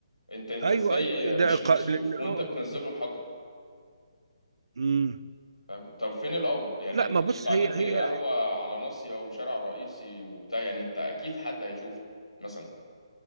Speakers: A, on the left (about 85°); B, on the right (about 60°).
A: انت انت
B: ايوه
A: ازاي
B: ايوه ايوه ده
A: مش
B: إلقاء
A: مكسوف
B: لان
A: وانت
B: اه آه.
A: بتنزله الحجر
B: مم.
A: فاهم طب فين الاب يعني
B: لا
A: انتوا
B: ما بص
A: انتوا قاعدين
B: هي
A: في
B: هي
A: قهوه على ناصيه وشارع رئيسي وبتاع يعني انت اكيد حد هيشوفك مثلا